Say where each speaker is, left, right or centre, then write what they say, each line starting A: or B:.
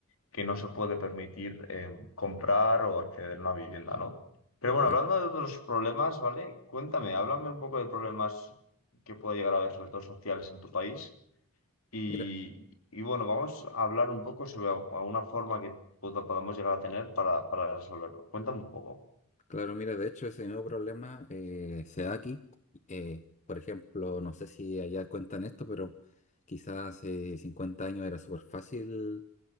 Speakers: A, on the left (about 65°); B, on the left (about 30°).
A: que no se puede permitir eh, comprar o acceder a una vivienda, ¿no? Pero bueno,
B: Claro,
A: hablando de otros problemas, ¿vale? Cuéntame, háblame un poco de problemas que puede llegar a haber, sobre todo sociales, en tu país. Y,
B: mira,
A: y bueno, vamos a hablar un poco sobre al- alguna forma que pod- podamos llegar a tener para, para resolverlo. Cuéntame un poco.
B: claro, mira, de hecho ese nuevo problema eh, se da aquí. Eh, por ejemplo, no sé si allá cuentan esto, pero quizás hace 50 años era súper fácil